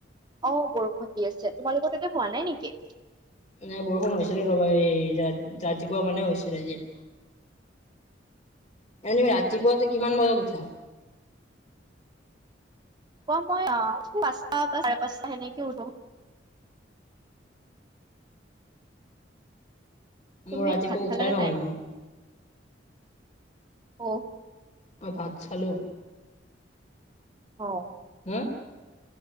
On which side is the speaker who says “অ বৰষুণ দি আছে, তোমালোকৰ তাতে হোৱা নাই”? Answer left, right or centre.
Right